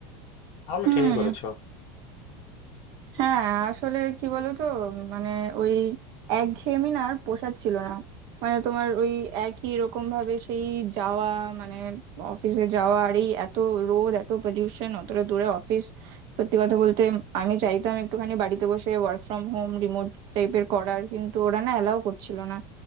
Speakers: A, on the left (about 45°); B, on the right (about 45°).
A: তাহলে
B: হুম
A: ঠিকই করেছো
B: হ্যাঁ আসলে কি বলতো মানে ওই একঘেয়েমি না আর পোষাচ্ছিল না মানে তোমার ওই একই রকম ভাবে সেই যাওয়া মানে অফিসে যাওয়া আর এই এত রোদ এত পলিউশন অতটা দূরে অফিস সত্যি কথা বলতে আমি চাইতাম একটুখানি বাড়িতে বসে ওয়ার্ক ফ্রম হোম রিমোট টাইপের করার কিন্তু ওরা না অ্যালাউ করছিল না